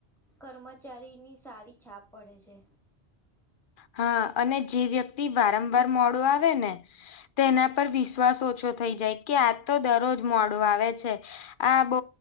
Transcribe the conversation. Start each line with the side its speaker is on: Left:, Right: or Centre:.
Centre: કર્મચારીની સારી છાપ પડે છે.
Left: હા અને જે વ્યક્તિ વારંવાર મોડું આવે ને તેના પર વિશ્વાસ ઓછો થઈ જાય કે આ તો દરરોજ મોડો આવે છે. આ બહ